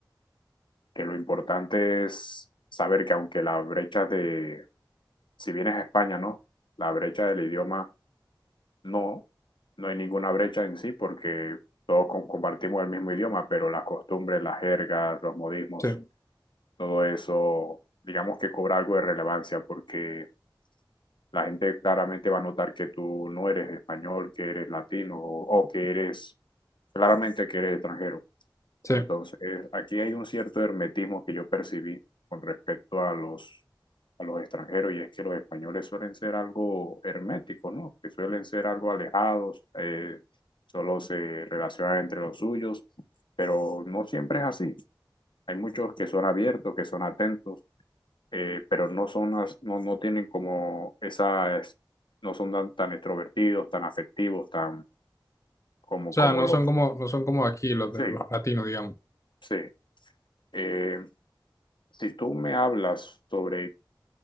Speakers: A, on the left; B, on the left.
A: que lo importante es saber que aunque la brecha de, si vienes a España, ¿no? La brecha del idioma, no, no hay ninguna brecha en sí porque todos com- compartimos el mismo idioma, pero las costumbres, las jergas, los modismos,
B: Sí,
A: todo eso, digamos que cobra algo de relevancia porque la gente claramente va a notar que tú no eres español, que eres latino o o que eres, claramente que eres extranjero.
B: sí.
A: Entonces,
B: O
A: aquí hay un cierto hermetismo que yo percibí con respecto a los, a los extranjeros, y es que los españoles suelen ser algo herméticos, ¿no? Que suelen ser algo alejados, eh, solo se relacionan entre los suyos, pero no siempre es así. Hay muchos que son abiertos, que son atentos, eh, pero no son, as- no, no tienen como esas, no son tan, tan extrovertidos, tan afectivos, tan como,
B: sea,
A: como
B: no
A: los...
B: son como, no son como aquí los
A: Sí,
B: de los latinos, digamos,
A: sí. Eh, Si tú me hablas sobre